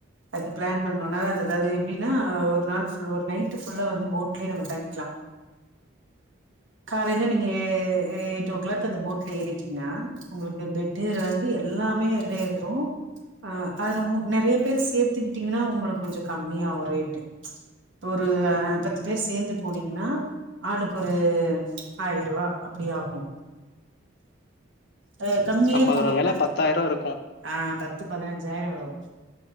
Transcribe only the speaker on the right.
அதுக்கு பிளான் பண்ணோனா அது ஏதாவ்து எப்டின்னா ஒரு நாள் ஒரு நைட் ஃபுல்லா வந்து போட் லயே நம்ம தங்கிக்லா காலையில நீங்க எ எயிட் ஓ க்ளாக் அந்த போட்ல ஏறிட்டீங்கன்னா ஒங்களுக்கு பெட் லேந்து எல்லாமே அதிலேருந்துரு ஆ அதுல மு நெறைய பேர் சேத்துக்கிட்டீங்கனா உங்களுக்கு கொஞ்ச கம்மியாவு ரேட்டு இப்ப ஒரு பத் பத்து பேர் சேந்து போனீங்கனா ஆளுக்கு ஒரு ஆயருவா அப்டி ஆகு அ கம்மியா
போனீங்னா
ஆ பத்து பதினஞ்சாயிரொ வரு